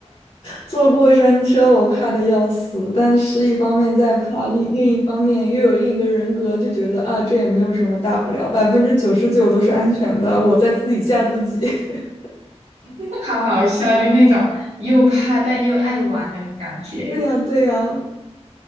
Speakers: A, on the left; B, on the right.
A: 坐过山车，我怕的要死，但是一方面在怕，另另一方面又有另一个人格，就觉得啊，这也没有什么大不了，百分之九十九都是安全的，我在自己吓自己。<laughs>
B: <laughs> 好好笑，就那种又怕但又爱玩的感觉。
A: 对呀，对呀，